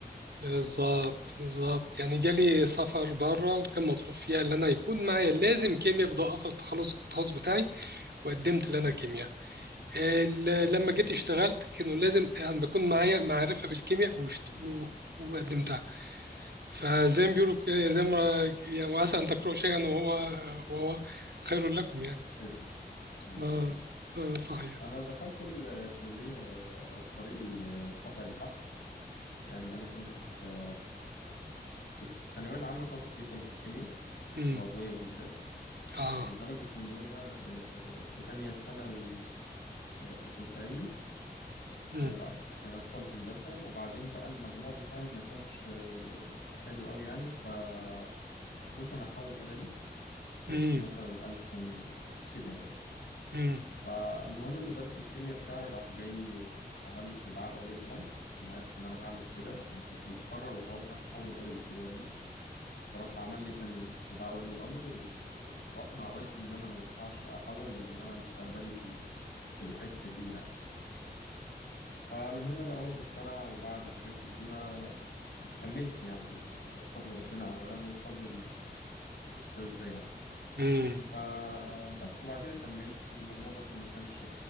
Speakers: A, on the right; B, on the left.
A: بالظبط بالظبط يعني جالي سفر بره وكان مطلوب فيها ان انا يكون معايا لازم كيمياء بدون في التخلص التخصص بتاعي وقدمت ان انا
B: مم.
A: كيمياء ال- لما جيت اشتغلت كانوا لازم يعني بكون معايا معرفة بالكيمياء وشت... و... وقدمتها فزي ما بيقولوا ك- زي ما يعني وعسى أن تكرهوا شيئا وهو وهو خير لكم يعني
B: ايوه أيوة،
A: اه,
B: صحيح
A: آه صحيح
B: أنا دخلت الكلية عن طريق الخطأ البحت يعني أنا كنت في كنت في الثانوية العامة شاطر جدا في الكيمياء
A: امم
B: العضوية بالذات
A: اه
B: لدرجة إن أنا آه، في تانية ثانوي آه، كنت علمي
A: امم
B: وبعد عشان أدخل هندسة وبعدين بقى المجموع بتاعي ما كانش آه، حلو أوي يعني فقلت أنا هحاول أدبي وأخش
A: امم
B: مثلا ألف كده يعني
A: امم
B: فالمهم مدرس الكيمياء بتاعي راح جاي عمل لي استدعاء ولي امر لما عرف ان انا هعمل كده انا كنت مقرر وخلاص راح احول ادبي كده يعني فراح عمل لي كان استدعاء ولي امر و... واقنع والدي ان انا ما ينفعش احول لان انا مستقبلي في في الحته دي يعني فمن هنا بقى والدي اقتنع وبعد حاجات كتيره كملت يعني بفضل ربنا اولا وبفضل الاستاذ ده يعني
A: امم
B: فبس وبعد كده كملت المجموع برضو ما كانش